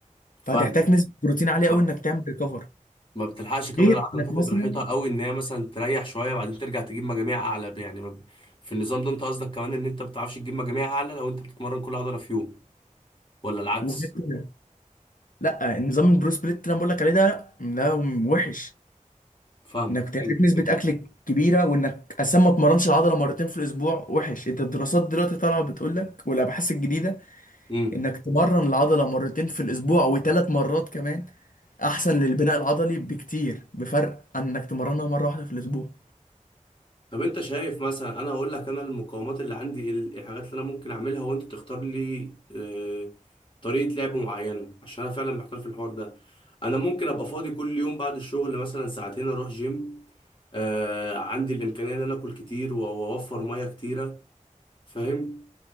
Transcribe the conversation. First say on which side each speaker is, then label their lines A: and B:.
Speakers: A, on the left (about 40°); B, on the left (about 80°).
A: فاهمك
B: فهتحتاج نسبه بروتين عاليه قوي
A: ف-
B: انك تعمل ريكفر
A: ما بتلحقش كمان
B: غير
A: العضله
B: انك
A: تاخد
B: مثلا
A: راحتها قوي ان هي مثلا تريح شويه بعدين ترجع تجيب مجاميع اعلى يعني ما ب- في النظام ده انت قصدك كمان ان انت ما بتعرفش تجيب مجاميع اعلى لو انت بتتمرن كل عضله في يوم ولا العكس
B: وغير كده لا نظام البرو سبليت اللي انا بقول لك عليه ده لا ده وحش
A: فاهم
B: انك بتحتاج
A: فهمت
B: نسبه
A: فهمت
B: اكل كبيره وانك اصلا ما اتمرنش العضله مرتين في الاسبوع وحش انت الدراسات دلوقتي طالعه بتقول لك والابحاث الجديده
A: امم
B: انك تمرن العضلة مرتين في الاسبوع وثلاث مرات كمان احسن للبناء العضلي بكتير بفرق عن انك تمرنها مرة واحدة في الاسبوع
A: طب انت شايف مثلا انا اقول لك انا المقاومات اللي عندي ال- الحاجات اللي انا ممكن اعملها وانت تختار لي آه، طريقة لعب معينة عشان انا فعلا محتار في الحوار ده انا ممكن ابقى فاضي كل يوم بعد الشغل مثلا ساعتين اروح جيم آه، عندي الامكانية ان انا اكل كتير و- واوفر مية كتيرة فاهم